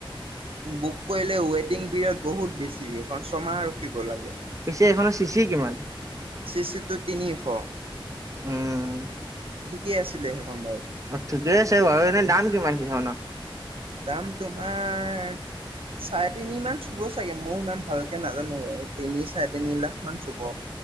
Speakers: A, on the right; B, on the right.
A: বুক কৰিলে, ৱেটিং পিৰিয়ড বহুত বেছি। সেখন, ছমাহ ৰখিব লাগে।
B: পিছে, এখনৰ চিচি কিমান?
A: চিচি, তোৰ তিনিশ
B: উম,
A: ঠিকেই আছিলে। সেইখন বাইক।
B: অ, ঠিকে আছে বাৰু। এনে, দাম কিমান, সিখনত?
A: দাম, তোমাৰ চাৰে তিনি মান, চুব চাগে, মই ইমান ভালকে নাজানো, আৰু তিনি-চাৰে তিনি লাখ মান চুব।